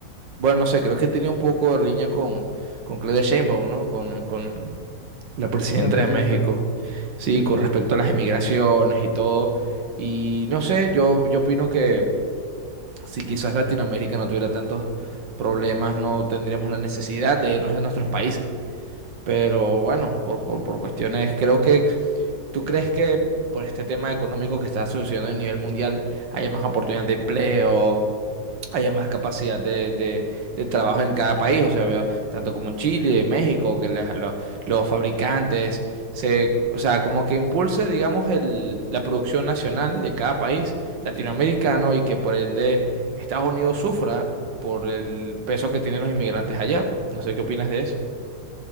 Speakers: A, on the right (about 80°); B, on the left (about 55°).
A: Bueno, no sé, creo que tenía un poco de riña con, con Claudia Sheinbaum, ¿no? Con, con la presidenta
B: La presidenta
A: de México.
B: de...
A: Sí,
B: Sí, sí,
A: con respecto
B: sí.
A: a las emigraciones y todo. Y no sé, yo, yo opino que si quizás Latinoamérica no tuviera tantos problemas, no tendríamos la necesidad de irnos a nuestros países. Pero bueno, por, por, por cuestiones, creo que tú crees que por este tema económico que está sucediendo a nivel mundial, haya más oportunidades de empleo, haya más capacidad de, de- de trabajo en cada país, o sea, veo tanto como en Chile, en México, que las- lo- los fabricantes, se, o sea, como que impulse, digamos, el, la producción nacional de cada país latinoamericano y que por ende Estados Unidos sufra por el peso que tienen los inmigrantes allá. No sé qué opinas de eso.